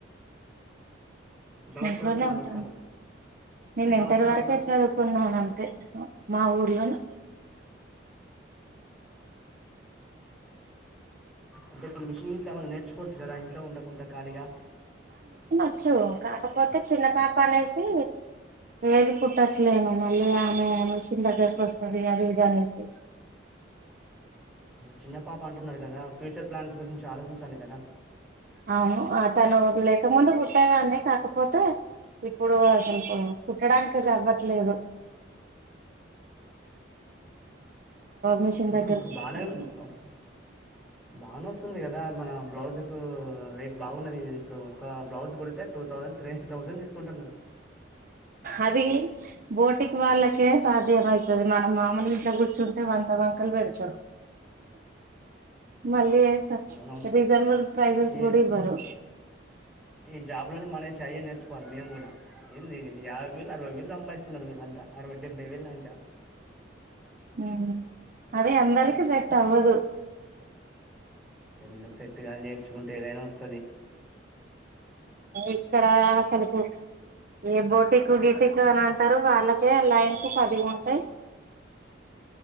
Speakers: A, in the centre; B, on the right.
A: ఎంతవరకు
B: ఇంట్లోనే
A: చదువుకున్నారు
B: ఉంటాను
A: ఎక్కడ
B: నేను
A: ఎంతవరకు
B: ఇంటరి
A: చదువుకున్నారు
B: వరకే చదువుకున్నాను అంతే మా ఊర్లోనే
A: అంటె ప్పు మిషిన్ గిట్ల ఏమన్నా నేర్ చోచ్చు గదా ఇంట్లో ఉండకుంట ఖాళీగా
B: చ్చు కాకపోతే చిన్నకాకు అనేసి ఏది కుట్టట్లేము మళ్ళీ ఆమె మిషన్ దగ్గరకి వస్తుంది అది ఇది అనేసి
A: చిన్న పాప అంటున్నారు కదా ఫ్యూచర్ ప్లాన్స్ గురించి ఆలోచించాలి కదా
B: అవును ఆ తను లేకముందు కుట్టేదాన్ని కాకపోతే ఇప్పుడు అసలు కుట్టడానికైతే అవ్వట్లేదు మిషన్ దగ్గరకు
A: ఇప్పుడు బానే
B: వస్తది
A: వస్తుం బానే వస్తుంది కద్ ద మన బ్లౌజ్ కు రేట్ బావున్నది ఇప్పుడు ఒక బ్లౌజ్ కుడితే టూ థౌసండ్ త్రీ థౌసండ్ తీస్కుంటున్నారు
B: అదీ బోటిక్ వాళ్ళకే సాధ్యం ఐతది మనం మామలుగా ఇంట్ల కూర్చుంటే వంద వంకలు పెడతారు మళ్ళీ <inaudible>
A: అవునవును
B: రీజనబుల్ ప్రైసెస్
A: ఈ
B: కుడ ఇవ్వరు
A: ఈ జాబ్ లన్ని మనేసి అయ్యే నేర్చుకోవాలి మేం కుడ ఎందిది యాబై వేలు అరవై వేలు సంభాయిస్తున్నారు వీళ్ళంతా అరవై డెబ్బై వేలు దాంకా
B: ఊ ఊ అదే అందరికి సెట్ అవ్వదు
A: ఎందుకు సెట్టు గాదు నేర్చుకుంటే ఏదైనా వస్తది
B: ఇక్కడ అసలుకు ఏ బోటికు గిటికు అని అంటరు వాళ్ళకే లైన్కు పదివి ఉంటాయ్